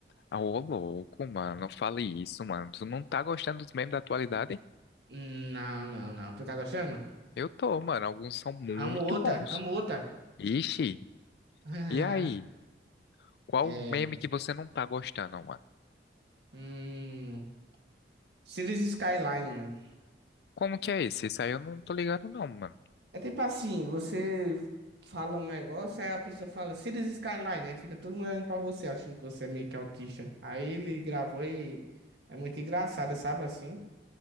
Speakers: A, on the left; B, on the right.
A: Ah, ô louco, mano, não fale isso, mano. Tu não tá gostando dos memes da atualidade?
B: Hum, Não, não, não. Tu tá gostando?
A: Eu tô, mano, alguns são muito
B: Amo outra,
A: bons.
B: amo outra.
A: Ixi,
B: <laughs>
A: e aí? Qual
B: É.
A: meme que você não tá gostando, mano?
B: Hum. Cities Skyline, mano.
A: Como que é esse? Esse aí eu não tô ligado, não, mano.
B: É tipo assim, você fala um negócio, aí a pessoa fala Cities Skyline, aí fica todo mundo olhando pra você, achando que você é meio que autista. Aí ele gravou e é muito engraçado, sabe assim?